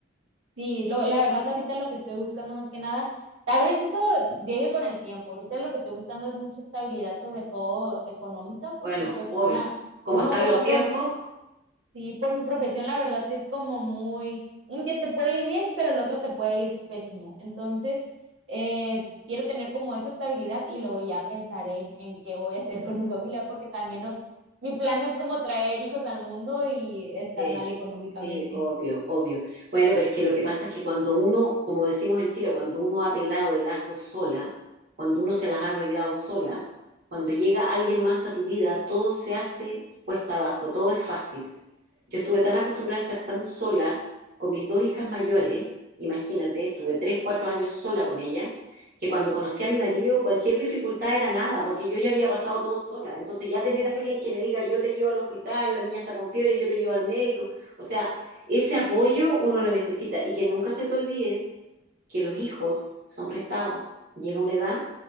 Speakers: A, on the right; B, on the right.
A: Sí, lo- la verdad ahorita lo que estoy buscando más que nada, tal vez eso llegue con el tiempo. Ahorita lo que estoy buscando es mucha estabilidad, sobre todo económica,
B: Bueno,
A: porque pues
B: obvio.
A: una,
B: Como
A: uno
B: están
A: como
B: los tiempos,
A: com- Sí, por mi profesión, la verdad es como muy, un día te puede ir bien, pero el otro te puede ir pésimo. Entonces, eh, quiero tener como esa estabilidad y luego ya pensaré en qué voy a hacer con mi familia, porque también no, mi plan no es como traer hijos al mundo y estar
B: Sí,
A: mal económicamente.
B: sí, obvio, obvio. Bueno, pero es que lo que pasa es que cuando uno, como decimos en Chile, cuando uno ha pelado el ajo sola, cuando uno se las ha arreglado sola, cuando llega alguien más a tu vida, todo se hace cuesta abajo, todo es fácil. Yo estuve tan acostumbrada a estar tan sola con mis dos hijas mayores, imagínate, estuve tres, cuatro años sola con ellas, que cuando conocí a mi marido, cualquier dificultad era nada, porque yo ya había pasado todo sola. Entonces ya tener
A: Ujú.
B: a alguien que me diga, yo te llevo al hospital, la niña está con fiebre, yo te llevo al médico. O sea, ese apoyo uno lo necesita y que nunca se te olvide que los hijos son prestados. Llega una edad